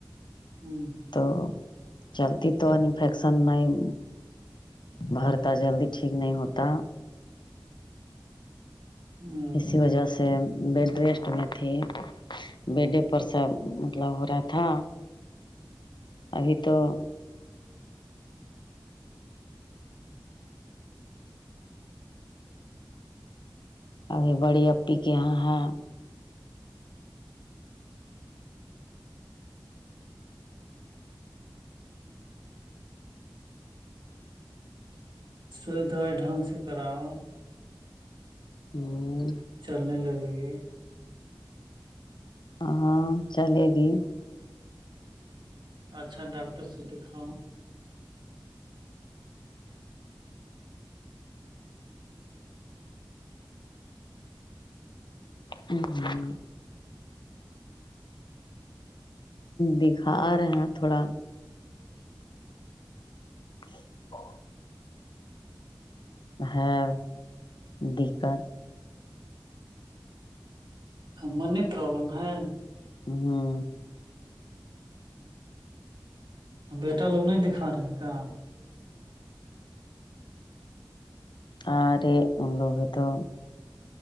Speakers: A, on the right; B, on the left.
A: ہوں
B: تو چلتی تو انفیکشن نہیں بھرتا جلدی ٹھیک نہیں ہوتا
A: ہ
B: اسی وجہ سے بیڈ ریسٹ میں تھی بیڈے پر سب مطلب ہو رہا تھا ابھی تو ابھی بڑی ای کے یہاں ہے
A: سوئی دوبائی ڈھنگ سے کراؤ
B: ہوں
A: چلنے لگے گی
B: ہاں چلے گی
A: اچھا ڈاکٹر سے دکھاؤ
B: ہ ہ دکھا رہے ہیں تھوڑا <inaudible> ہاں دقت
A: منی پرابلم ہے
B: ہوں
A: بیٹا لوگ نہیں دکھا رہے ہیں کیا
B: اور لگوں تو